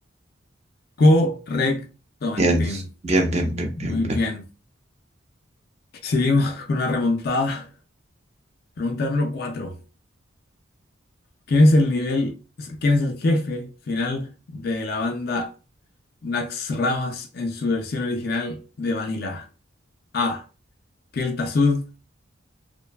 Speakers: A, on the left; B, on the right.
A: Correcto, Martín.
B: bien, bien, bien, bien,
A: Muy
B: bien, bien.
A: bien. Seguimos <laughs> con una remontada. Pregunta número cuatro ¿Quién es el nivel, quién es el jefe final de la banda Nax Ramas en su versión original de Vanilla? A. Keltasud.